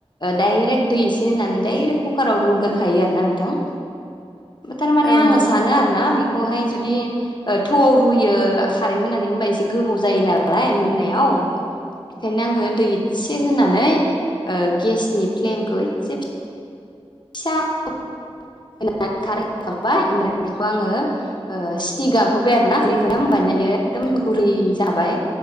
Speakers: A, on the left; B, in the centre.
A: डाइरेक्ट दै एसे होनानै दडायरेक्ट कुकाराव रुगोरखायो आरो ना नोंथां थारमाने
B: ओं औ
A: आङो
B: औ
A: सानो आ ना बेखौहाय जुदि थौआव रुयो खारै होनानै होनबा एसे गोबाव जायो नालाय मोननायाव। बेखायनो आङो दै एसे होनानै ओ गेसनि फ्लेमखौ एसे <unintelligible> <unintelligible> ओमफ्राय बेखौ आङो ओ सिटि गाबहोबाय आरो ना <unintelligible> बियो एखदम गुरै जाखाबाय